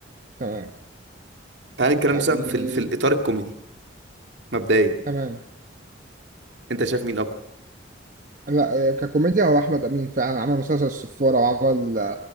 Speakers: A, on the right; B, on the right.
A: تمام
B: تعال نتكلم
A: يعني
B: مثلا في ال... في الاطار الكوميدي مبدئيا
A: تمام
B: انت شايف مين اقوى
A: لا اه، ككوميديا هو احمد امين فعلا عمل مسلسل الصفارة وعمل